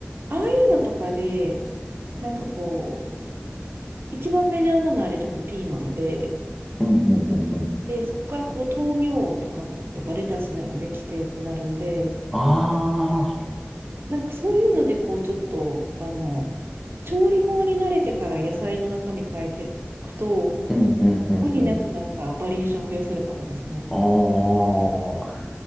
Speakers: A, on the right; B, in the centre.
A: ああいうのとかで、なんかこう、一番メジャーなのあれ多分ピーマンで、
B: うんうんうんうん。
A: で、そっからこう豆苗とかも、とかレタスでもできてってなるんで、
B: ああ、
A: なんかそういうので、こう、ちょっと、あの、調理法に慣れてから野菜の中身変えていくと、
B: うんうんうんうん。
A: 無理なくなんかバリエーション増やせるかもですね。
B: おー、